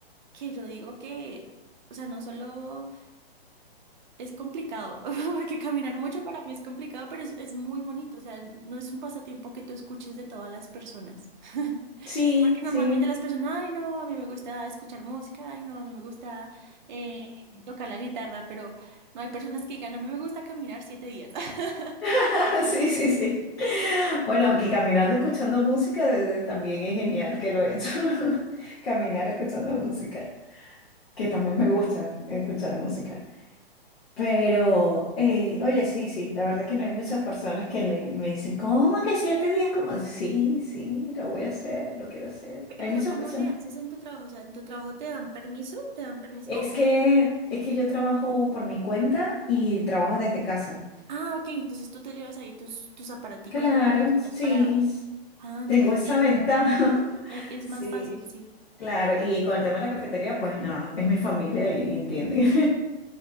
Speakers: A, on the right (about 50°); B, on the left (about 75°).
A: que yo digo que, o sea, no solo Es complicado, <laughs> porque caminar mucho para mí es complicado, pero es, es muy bonito. O sea, no es un pasatiempo que tú escuches de todas las personas. <laughs>
B: Sí,
A: Porque normalmente
B: sí,
A: las personas, ay, no, a mí me gusta escuchar música, ay, no, a mí me gusta eh, tocar la guitarra, pero no hay personas que digan, a mí me gusta caminar siete días. <laughs>
B: <laughs> sí, sí, sí. Bueno, que caminando escuchando música desde- también es genial que lo he hecho. <laughs> Caminar escuchando música, que también me gusta escuchar música. Pero, eh, oye, sí, sí, la verdad que no hay muchas personas que le, me dicen, ¿cómo que siete días? Como, sí, sí, lo voy a hacer,
A: Sí.
B: lo quiero hacer.
A: Pe-
B: Hay
A: Pero
B: muchas
A: ¿cómo
B: personas.
A: le haces en tu trabajo? O sea, ¿en tu trabajo te dan permiso? ¿Te dan permiso?
B: Es
A: O- o-
B: que, es que yo trabajo por mi cuenta y trabajo desde casa.
A: Ah, ok, entonces tú te llevas ahí tus, tus aparaticos
B: Claro,
A: y tus cositas
B: sí,
A: para...
B: s-
A: Ah, entonces
B: tengo esa
A: sí,
B: ventaja. <laughs>
A: e- es
B: Sí,
A: más fácil, sí.
B: claro. Y con el tema de la cafetería, pues nada, es mi familia y entienden.